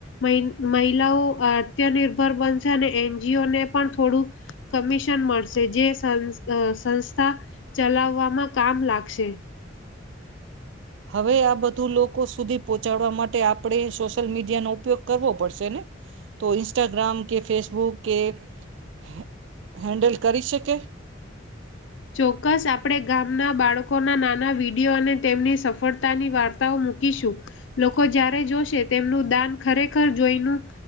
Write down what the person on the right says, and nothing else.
હવે આ બધું લોકો સુધી પોહ ચાડવા માટે આપણે સોશિયલ મીડિયાનો ઉપયોગ કરવો પડશે ને. તો ઇસ્ટાગ્રામ કે ફેસ બુક કે હે હેન્ડલ કરી શકે.